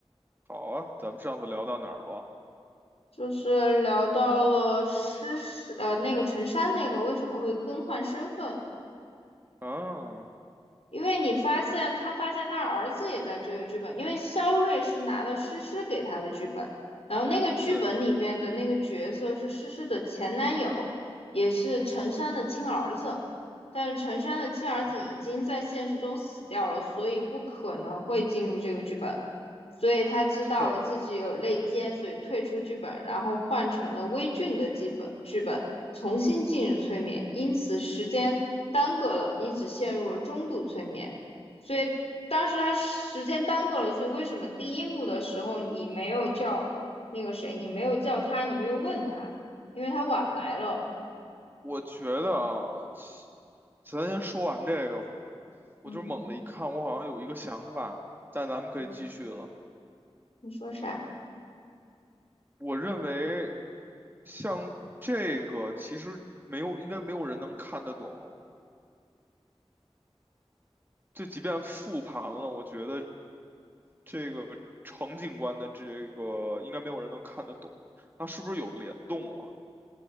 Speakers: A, on the right; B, on the left.
A: 好啊，咱们上次聊到哪儿了？
B: 就是聊到了诗诗，呃，那个陈珊那个为什么会更换身份，
A: 嗯，
B: 因为你发现他发现他儿子也在追个剧本，因为肖瑞是拿了诗诗给他的剧本，然后那个剧本里面的那个角色是诗诗的前男友，
A: 对的，
B: 也是陈山的亲儿子，但是陈山的亲儿子已经在现实中死掉了，
A: 嗯，
B: 所以不可能会进入这个剧本，所以他知道了自己有内奸，
A: 是啊，
B: 所以退出剧本，然后换成了微俊的剧本剧本。重新进入催眠，因此时间耽搁了，你只陷入了中度催眠。所以当时他时间耽搁了，所以为什么第一幕的时候你没有叫那个谁，你没有叫他，你没有问他，因为他晚来了。
A: 我觉得啊，其咱先说完这个吧。我就猛地一看，
B: 嗯，
A: 我好像有一个想法，但咱们可以继续了。
B: 你你说啥？
A: 我认为，像这个其实没有，应该没有人能看得懂。就即便复盘了，我觉得。这个程警官的这个应该没有人能看得懂，它是不是有联动啊？